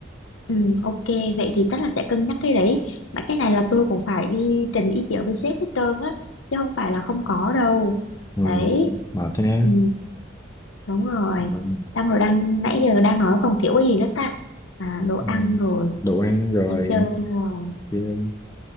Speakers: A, on the left; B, on the left.
A: ừ, ok, vậy thì chắc là sẽ cân nhắc cái đấy. Mà cái này là tôi cũng phải đi trình ý kiến với sếp hết trơn á, chứ không phải là không có đâu.
B: ừ,
A: Đấy.
B: mệt ha
A: Ừ. Đúng rồi.
B: rồi,
A: Xong rồi đang nãy giờ đang nói còn thiếu cái gì nữa ta? À, đồ ăn
B: ừ,
A: rồi,
B: đồ ăn rồi
A: trò chơi rồi,
B: chơi